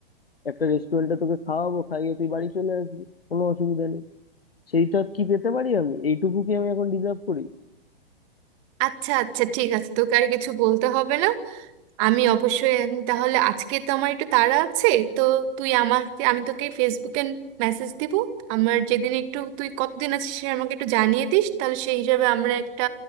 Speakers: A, on the left; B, on the right.
A: একটা রেস্টুরেন্টে তোকে খাওয়াবো খাইয়ে তুই বাড়ি চলে আসবি কোনো অসুবিধা নেই সেইটা কি পেতে পারি আমি এইটুকু কি আমি এখন ডিজার্ভ করি
B: আচ্ছা আচ্ছা ঠিক আছে তোকে আর কিছু বলতে হবে না আমি অবশ্যই আমি তাহলে আজকে তো আমার একটু তাড়া আছে তো তুই আমাকে আমি তোকে ফেসবুকে মেসেজ দিব আমার যেদিন একটু তুই কতদিন আছিস সে আমাকে একটু জানিয়ে দিস তাহলে সেই হিসাবে আমরা একটা